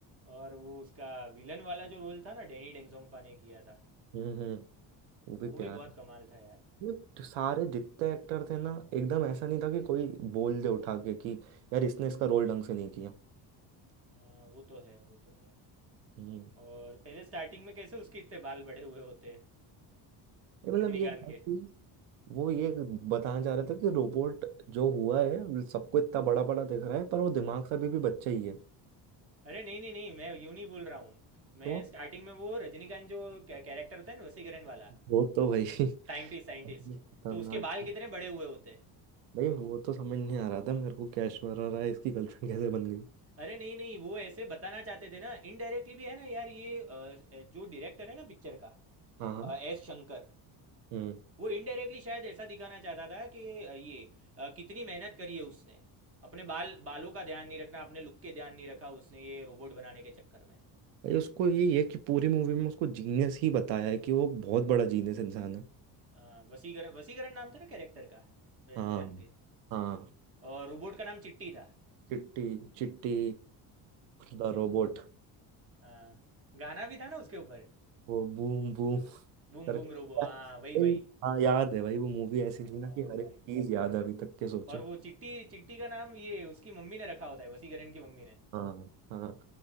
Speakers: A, on the right; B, on the right.
A: और वो उसका विलन वाला जो रोल था ना डेनी डेंगजोंगपा ने किया था
B: हम्म हम्म वो भी
A: वो भी
B: प्यार
A: बहुत कमाल था यार
B: ये तो सारे जितने एक्टर थे ना एकदम ऐसा नहीं था कि कोई बोल दे उठा के कि यार इसने इसका रोल ढंग से नहीं किया
A: हाँ वो तो है वो तो है
B: हम्म
A: और पहले स्टार्टिंग में कैसे उसके इतने बाल बड़े हुए होते हैं।
B: ये मतलब
A: रजनीकांत
B: ये था
A: के
B: कि वो ये बताना चाह रहे थे कि रोबोट जो हुआ है सबको इतना बड़ा बड़ा दिख रहा है पर वो दिमाग से अभी भी बच्चा ही है
A: अरे नहीं नहीं नहीं मैं यूं नहीं बोल रहा हूँ मैं
B: तो
A: स्टार्टिंग में वो रजनीकांत जो कैरेक्टर होता है ना वसीकरण वाला
B: वो तो भाई <laughs>
A: Scientist scientist
B: खतरनाक
A: तो उसके बाल कितने बड़े हुए होते हैं
B: भाई वो तो समझ नहीं आ रहा था मेरे को क्या ऐश्वर्या राय इसकी गर्लफ्रेंड कैसे बन गई
A: अरे नहीं नहीं वो ऐसे बताना चाहते थे ना इनडायरेक्टली भी है ना यार ये अ, जो डायरेक्टर है ना पिक्चर का
B: हाँ हाँ
A: अ, एस शंकर
B: हम्म
A: वो इनडायरेक्टली शायद ऐसा दिखाना चाहता था कि अ, ये अ, कितनी मेहनत करी है उसने अपने बाल बालों का ध्यान नहीं रखना अपने लुक के ध्यान नहीं रखा उसने ये रोबोट बनाने के चक्कर में
B: भाई उसको यही है कि पूरी मूवी में उसको जीनियस ही बताया है कि वो बहुत बड़ा जीनियस इंसान है
A: अ, वसीकरण वसीकरण नाम था ना कैरेक्टर का रजनीकांत
B: हाँ
A: के
B: हाँ
A: और रोबोट का नाम चिट्टी था <laughs>
B: चिट्टी Chitti the robot
A: हाँ, गाना भी था ना उसके ऊपर
B: वो बूम बूम
A: बूम
B: करके
A: बूम रोबो
B: भाई,
A: हाँ वही वही
B: हाँ याद है भाई वो मूवी ऐसी
A: हाँ
B: थी ना कि हर
A: भाई
B: एक चीज याद है अभी तक के सोचो
A: और वो चिट्टी चिट्टी का नाम ये उसकी मम्मी ने रखा होता है वसीकरण की मम्मी ने
B: हाँ हाँ